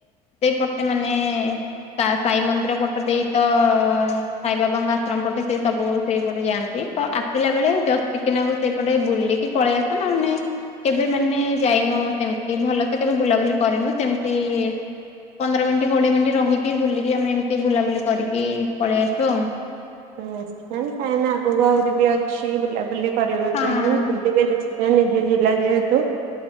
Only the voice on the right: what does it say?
<unintelligible> ଟାଇଁମି ଆଗକୁ ଆହୁରି ବି ଅଛି ବୁଲାବୁଲି କରିବା
ପାଇଁ ବୁଲିବେ ନି ସେ ନିଜେ ଜିଲ୍ଲା ଯେହେତୁ